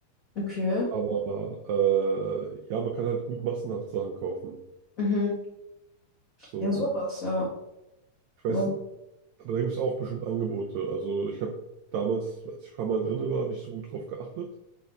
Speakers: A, on the left; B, on the right.
A: okay.
B: Aber äh, ja, man kann halt gut massenhaft Sachen kaufen.
A: Mhm.
B: So,
A: Ja, sowas,
B: und
A: ja.
B: ich weiß,
A: Ja.
B: n- aber da gibt es auch bestimmt Angebote. Also ich habe damals, als ich ein paar Mal drin war, nicht so gut drauf geachtet.